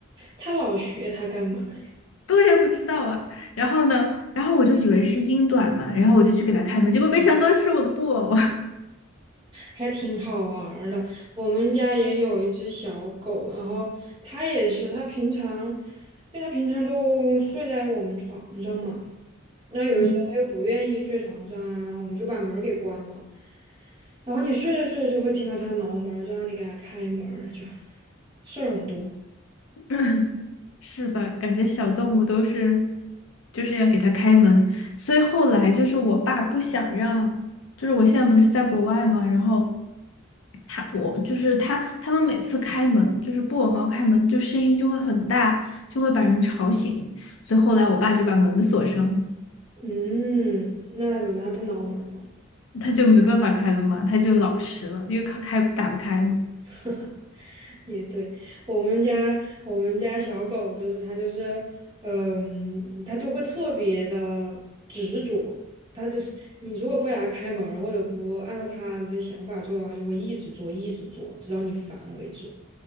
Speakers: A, on the right; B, on the left.
A: 它老学它干嘛呀？
B: 对呀，不知道啊。然后呢，然后我就以为是英短嘛，然后我就去给它开门，结果没想到是我的布偶，
A: 还挺好玩儿的。我们家也有一只小狗，然后它也是，它平常，因为它平常都睡在我们床上嘛。然后有的时候他又不愿意睡床上啊，
B: <laughs> 嗯。
A: 我们就把门儿给关了。然后你睡着睡着就会听到他挠门儿就让你给他开门儿就事儿很多。
B: <laughs> 是吧？感觉小动物都是，就是要给它开门。所以后来就是我爸不想让，就是我现在不是在国外嘛，然后他我就是他他们每次开门，就是布偶猫开门，就声音就会很大，就会把人吵醒。所以后来我爸就把门锁上了，
A: 嗯，那他怎么办？他不挠门儿吗？
B: 他就没办法开了嘛，他就老实了，因为他开打不开嘛。
A: <laughs> 也对，我们家我们家小狗就是它就是，嗯，它就会特别的执着，它就是你如果不给它开门儿或者不按照它的想法做的话，就会一直做一直做，直到你烦为止。